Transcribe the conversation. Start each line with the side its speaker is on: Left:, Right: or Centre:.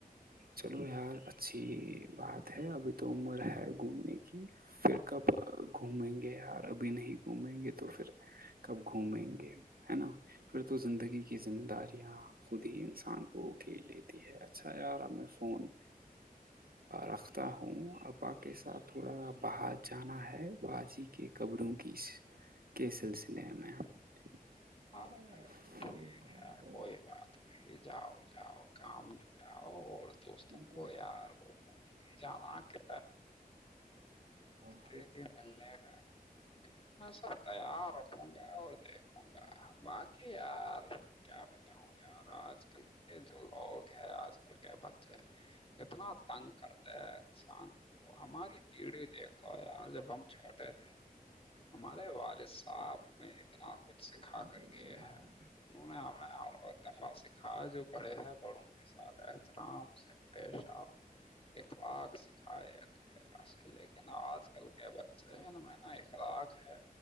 Right: چلو یار اچھی بات ہے ابھی تو عمر ہے گھومنے کی پھر کب گھومیں گے یار ابھی نہیں گھومیں گے تو پھر کب گھومیں گے ہے نا پھر تو زندگی کی ذمہ داریاں خود ہی انسان کوکھیل لیتی ہے اچھا یار ہمیں فون رکھتا ہوں ابا کے ساتھ تھوڑا باہر جانا ہے بازی کی قبروں کی کے سلسلے میں ٹھ
Left: آ رہے ٹھیک ہے کوئی بات نہیں جاؤ جاؤ کام نپٹاؤ اور دوستوں
Right: یاد
Left: کو یار وہ بھول نہیں جانا کہ
Right: گؤ
Left: کہ ملنے گ میں سب تیار روں گا اور دیکھ
Right: ہ
Left: باقی یار کیا بتاؤ یار آج کل کے جو لوگ ہے آج کل کیا ب اتنا تنگ کرتے ہے انسان ہماری یڑھی دیکھ لو یار جب ہم چھوٹے تھے ہمارے والد صاحب ہمیں اتنا کچھ سکھا
Right: خ
Left: کر گئے
Right: گانے
Left: ہیں انہوں نے ہمیں اور دفع سکھا ہے جو بڑے ہیں بڑوں کے ساتھ احترام سے پیش آؤ اخلاق سکھائے خاص لیکن آج کل کے بچے میں نا اخلاق ہے